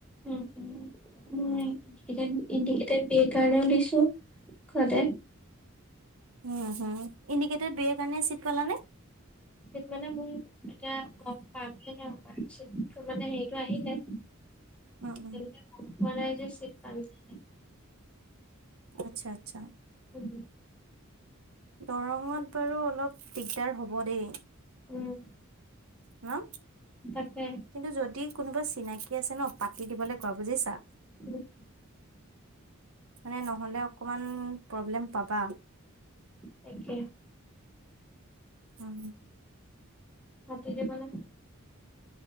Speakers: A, in the centre; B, on the right.
A: উম-উম।
B: উম
A: ৰিচেণ্ট ইণ্ডিকেটেড বি এৰ কাৰণেও দিছোঁ, ঘৰতে।
B: উম-হুম, ইণ্ডিকেটত বি এ কাৰণে চিট পালা নে?
A: চিট মানে মোৰ এতিয়া গম পামেহে ন', মানে চিট্‌টো মানে হেৰিটো আহিলে। এতিয়ালৈকে
B: উম উম
A: গমপোৱা নাই যে চিট পালোঁ নাই।
B: আচ্ছা-আচ্ছা।
A: উম।
B: দৰঙত বাৰু অলপ দিগ্‌দাৰ হ'ব দেই।
A: উম।
B: হা?
A: তাকে।
B: কিন্তু যদি কোনোবা চিনাকি আছে ন', পাতি দিবলে কোৱা বুজিছা?
A: <inaudible>
B: মানে নহ'লে অকমান প্ৰব্লেম পাবা।
A: তাকে।
B: উম।
A: পাতি দিবলে।